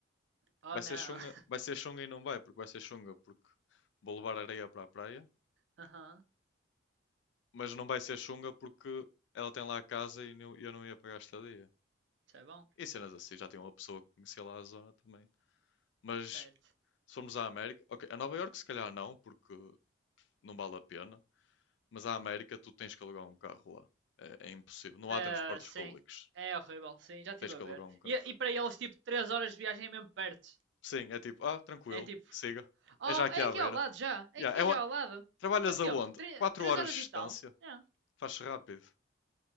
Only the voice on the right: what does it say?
Oh
não.
<laughs>
Aham. Uhum.
Isso é bom.
Certo.
Ah,
sim,
é horrível, sim, já estive
a
ver.
E,
e para eles, tipo, 3 horas de viagem é mesmo perto.
É tipo,
oh,
é
aqui
ao lado já, é
aqui
já
ao lado.
Quanto tempo?
Tre-
três
horas
e tal. É.